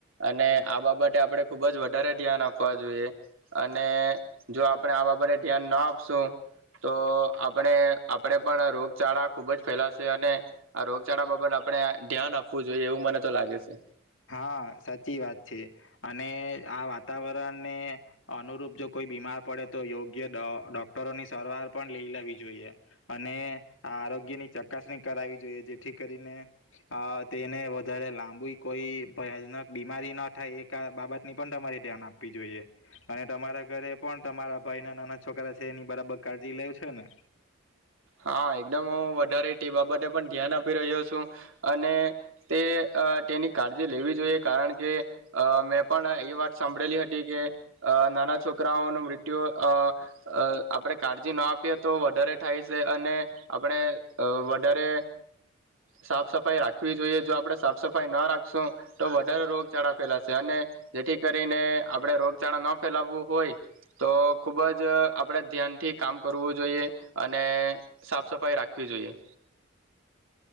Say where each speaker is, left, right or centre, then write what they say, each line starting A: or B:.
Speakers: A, on the right; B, on the left.
A: અને આ બાબતે આપણે ખુબ જ વધારે ધ્યાન આપવા જોઈએ અને જો આપણે આ બાબતે ધ્યાન ના આપશું તો આપણે આપણે પણ રોગચાળા ખુબ જ ફેલાશે અને. આ રોગચાળા બાબલ આપડ. ધ્યાન આપ. આપવું જોઈએ એવું મને તો લાગે છે.
B: હા સાચી વાત છે અને આ વાતાવરણને અનુરૂપ જો કોઈ બીમાર પડે તો યોગ્ય ડોક્ટરો ની સારવાર પણ લઈ લેવી જોઈએ અને આ આરોગ્યની ચકાસણી કરાવવી જોઈએ જેથી કરીને તેને વધારે લાંબુ. કોઈ ભયાનક બીમારી ના થાય એ બાબતની પણ તમારે ધ્યાન આપવી જોઈએ. અને તમારા ઘરે પણ. તમારા ભાઈ ના નાના છોકરા છે એની બરાબર કાળજી લેવ છે ને.
A: હા એકદમ હું વધારે તે બાબતે પણ ધ્યાન આપી રહ્યો છું અને તે તેની કાળજી લેવી જોઈએ કારણ કે અ મેં પણ એ વાત સાંભળેલી હતી કે નાના છોકરાઓનું મૃત્યુ આપણે કાળજી ના આપીએ તો વધારે થાય. અને આપણે વધારે સાફ સફાઈ રાખવી જોઈએ જો આપણે સાફ સફાઈ ન રાખશું તો વધારે રોગચાળા ફેલાશે અને જેથી કરીને આપણે રોગચાળા ન ફેલાવવું હોય તો ખુબ જ આપણે ધ્યાનથી કામ કરવું જોઈએ. અને સાફ સફાઈ રાખવી જોઈએ.